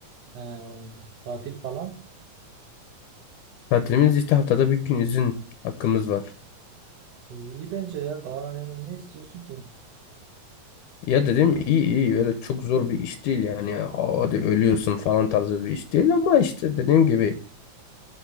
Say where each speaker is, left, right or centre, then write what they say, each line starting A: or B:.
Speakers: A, on the right; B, on the left.
A: Ee, tatil falan.
B: Tatilimiz işte haftada bir gün izin hakkımız var.
A: Ee, iyi bence ya. Daha yani ne istiyorsun ki?
B: Ya dedim iyi iyi böyle çok zor bir iş değil yani ya. Aa,
A: Hmm,
B: hadi ölüyorsun falan tarzı bir iş değil ama işte dediğim gibi